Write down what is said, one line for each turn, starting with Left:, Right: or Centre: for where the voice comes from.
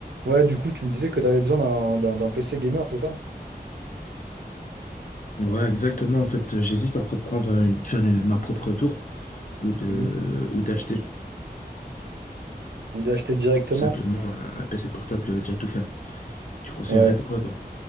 Right: Ouais, du coup, tu me disais que tu avais besoin d'un d'un- d'un PC gamer, c'est ça?
Left: Ouais, exactement. En fait, j'hésite entre prendre une, faire une- ma propre tour ou de,
Right: Mhm.
Left: ou d'acheter
Right: Ou d'acheter directement?
Left: tout simplement un, un PC portable déjà tout fait. Tu conseillerais
Right: Ouais.
Left: de quoi, toi?